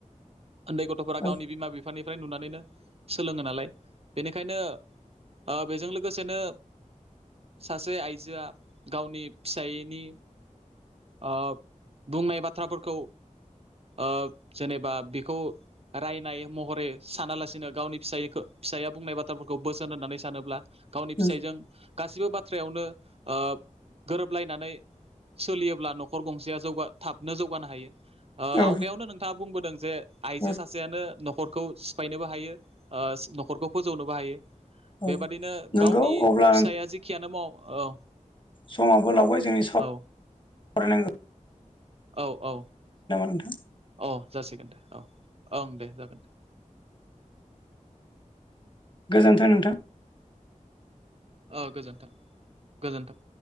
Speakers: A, on the right; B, on the left.
A: उन्दै गथ'फोरा
B: औ
A: गावनि बिमा-बिफानिफ्राय नुनानैनो सोलोङो नालाय बेनिखायनो ओ बेजों लोगोसेनो सासे आइजोआ गावनि फिसायैनि ओ बुंनाय बाथ्राफोरखौ ओ जेनेबा बेखौ रायनाय महरै सानालासिनो गावनि फिस फिसाया बुंनाय बाथ्राफोरखौ बोसोन होननानै सानोब्ला गावनि फिसायजों
B: उम
A: गासिबो बाथ्रायावनो ओ गोरोबलायनानै सोलियोब्ला न'खर गंसेया जौगा थाबनो जौगानो हायो। ओ
B: औ
A: आवगायावनो नोंथाङा बुंबोदों जे आइजो
B: औ
A: सासेयानो न'खर खौ सिफायनोबो हायो ओ न'खरखौ फोजौनोबो हायो।
B: औ
A: बेबादिनो
B: नंगौ
A: गावनि
B: अब्ला
A: फिसाया जेखियानो मावा औ
B: समाबबो लावबाय जोंनि साव
A: औ
B: रायनांगौ
A: औ औ
B: नोंथां
A: औ जासिगोन औ ओं दे जागोन दे
B: गोजोन्थों नोंथां
A: ओ गोजोन्थों गोजोन्थों।